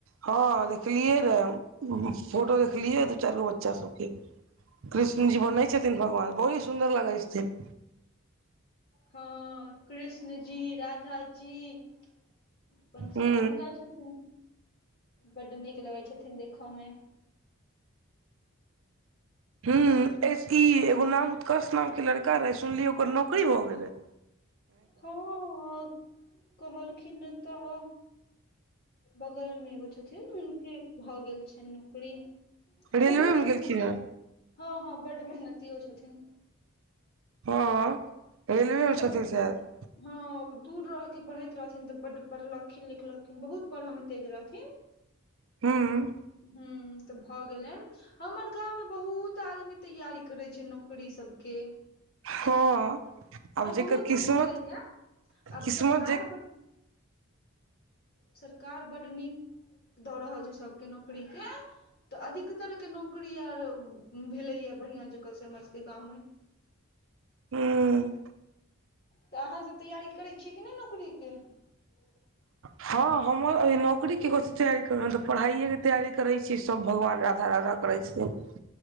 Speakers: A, on the right; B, on the left.
A: हँ देखलियै र फोटो देखलियै दू चारि गो बच्चा सबकै कृष्ण
B: हूँ,
A: जी बनै छथिन भगवान बहुती सुन्दर लगै छथिन
B: हँ कृष्ण जी राधा जी अपन सब
A: हूँ
B: बन जाइ छथि बड्ड नीक लगैत छथिन देखय म
A: ह ई एगो नाम उत्कर्ष नाम के लड़का रहे सुनलियै ओकर नौकरी भए गैले
B: हँ कहलखिन ने तऽ बगलमे एगो छथिन हुनकै भऽ गेल छनि नौकरी
A: रेलवे
B: बहुत
A: मे
B: मेहनती
A: गेलखिन हेँ
B: हँ हँ बड मेहनतियो छथिन
A: हँ रेलवे मे
B: बड्ड
A: छथि सायद
B: हँ दूर रहिके पढ़ैत रहथिन तऽ बड्ड पढ़लखिन लिखलखिन बहुत पढ़यमे तेज रहथिन
A: हूँ
B: हूँ तऽ भऽ गेलनि हमर गाम मे बहुत आदमी तैयारी करै छै नौकरी सबके
A: हँ आब
B: आ
A: जकर
B: बहुत
A: किस्मत
B: के भेलैया आब
A: किस्मत
B: सरकार
A: जे
B: बड सरकार बड्ड नीक दऽ रहल छै सभके नोकरीक अधिकतरहके नौकरी आर भेलैएा बढ़िआं जकाँ से हमर सबके गाँवमे
A: हूँ
B: तऽ अहाँसभ तैयारी करैत छियै कि नहि नौकरीक ह
A: हँ हमर एहि नौकरी केथी तैयारी कर तऽ पढ़ाइए के तैयारी करै छी सभ भगवान राधा राधा करै छै नही